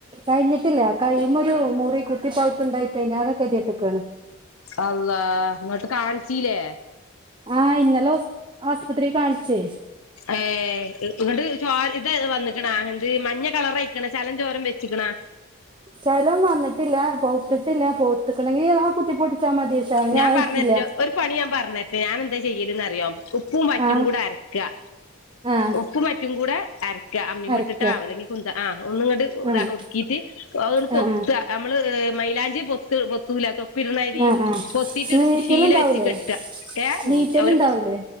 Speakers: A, on the right (about 20°); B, on the left (about 80°).
A: കഴിഞ്ഞിട്ടില്ല കൈയ്യുമ്മേ ഒരു മുറി കുത്തിപ്പഴുത്തുണ്ടായിട്ട് കഴിഞ്ഞ കെതിട്ട്ക്കാ <unintelligible> ണ്
B: അള്ളാ എന്നിട്ട് കാണിച്ചീലേ?
A: ആഹ ഇന്നലെ ഹോസ് ആസ്പത്രീല് കാണിച്ചേ
B: ഏ ഇന്ന്ട്ട് ഇത് വന്ന്ക്കണാ എന്ത് മഞ്ഞ കളറായ് ചലോം ചോരേം വെച്ചിക്കണാ?
A: ചലം വന്നിട്ടില്ല പോത്തിട്ടില്ല പോത്തക്കണെങ്കിൽ ആ കുത്തി പൊട്ടി ച്ചമതി പശ്ശേ അയിനായിട്ടില്ല
B: ഞാൻ പറഞ്ഞറ്റോ ഒരു പണി ഞാന് പറഞ്ഞേരട്ടേ ഞാന് എന്താ ചെയ്യല് ന്നറിയോ? ഉപ്പും പറ്റും
A: ആഹ്
B: കൂടെ അരക്കാ
A: ആഹ്
B: ഉപ്പും പറ്റും കൂടെ അരക്ക അമ്മീമേ
A: അരക്ക
B: ഇട്ടിട്ടാ അല്ലെങ്കി കുന്ത ആ ഒന്നിങ്ങട്
A: ആഹ്
B: ഒതുക്കിയിട്ട് അതിങ്ങട് പൊത്താ
A: ആഹ് ആഹ്
B: നമ്മള് മൈയിലാഞ്ചി പൊത്ത് പൊത്തൂലേ തൊപ്പിടണമാതിരി
A: ആഹ് ആഹ്
B: പൊത്തീട്ട് ഒരു
A: നീറ്റലുണ്ടാവൂലേ
B: ശീല വെച്ച് കെട്ടാ ഏ നീറ്റ
A: നീറ്റലുണ്ടാവൂലേ
B: ഒരു